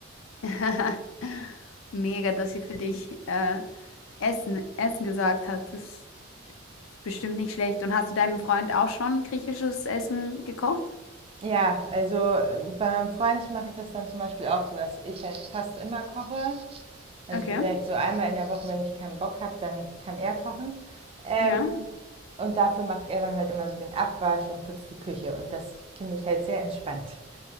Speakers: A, on the left; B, on the right.
A: <laughs> Mega, dass sie für dich äh, Essen, Essen gesagt hat. Das ist bestimmt nicht schlecht. Und hast du deinem Freund auch schon griechisches Essen gekocht?
B: Ja, also äh, bei meinem Freund mache ich das dann zum Beispiel auch so, dass ich halt fast immer koche Also
A: Okay.
B: vielleicht so einmal in der Woche, wenn ich keinen Bock habe, dann kann er kochen. Ähm,
A: Ja.
B: und dafür macht er dann halt immer so den Abwasch und putzt die Küche. Und das finde ich halt sehr entspannt.